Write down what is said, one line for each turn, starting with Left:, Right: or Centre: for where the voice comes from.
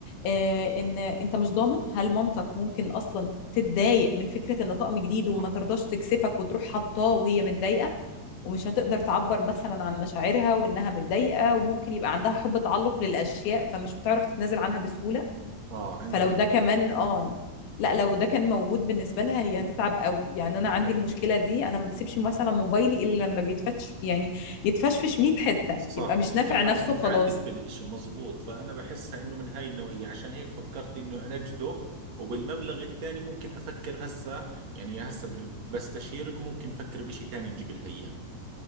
Left: آه، إن أنت مش ضامن هل مامتك ممكن أصلا تتضايق من فكرة إن طقم جديد
Right: صح
Left: وما ترضاش تكسفك وتروح حطاه وهي متضايقة ومش هتقدر تعبر مثلا عن مشاعرها وإنها متضايقة وممكن يبقى عندها حب تعلق للأشياء فمش بتعرف تتنازل عنها بسهولة
Right: اه عندها
Left: فلو
Right: هذا
Left: ده كمان
Right: الإشي.
Left: اه لا لو ده كان موجود بالنسبة لها هي هتتعب قوي يعني انا
Right: ما
Left: عندي
Right: هو
Left: المشكلة دي انا ما بسيبش مثلا موبايلي الا لما بيتفتش يعني يتفشفش 100 حتة
Right: صح
Left: يبقى مش
Right: بتكون
Left: نافع
Right: واحد
Left: نفسه
Right: متعلق
Left: خلاص
Right: في الاشي مزبوط فأنا بحسها إنه من هاي النوعية عشان هيك فكرت إنه أنجده وبالمبلغ الثاني ممكن أفكر هسا يعني هسا بال- بستشيرك وممكن أفكر بإشي ثاني نجيب لها إياه